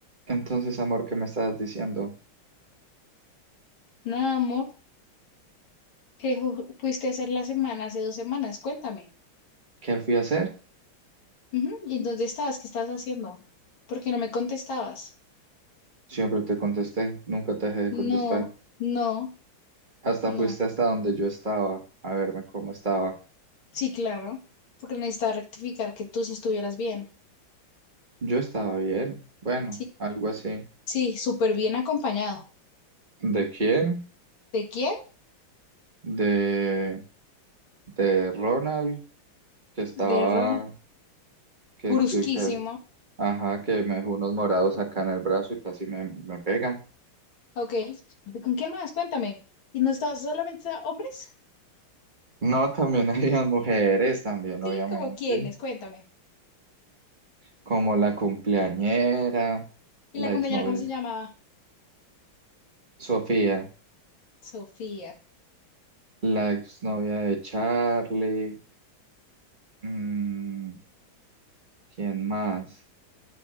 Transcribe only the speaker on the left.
Nada, amor, que ju- fuiste a hacer la semana hace dos semanas, cuéntame.
Ujú, ¿Y dónde estabas? ¿Qué estabas haciendo? ¿Por qué no me contestabas?
No,
no,
no.
Sí, claro, porque necesitaba rectificar que tú sí estuvieras bien.
Sí,
sí, súper bien acompañado.
¿De quién?
De Ron.
Brusquísimo.
Ok. ¿Y ¿Con quién más? Cuéntame. ¿Y no estabas solamente hombres?
Sí,
¿como quiénes? Cuéntame.
¿Y
la compañera
cómo se llamaba?
Sofía.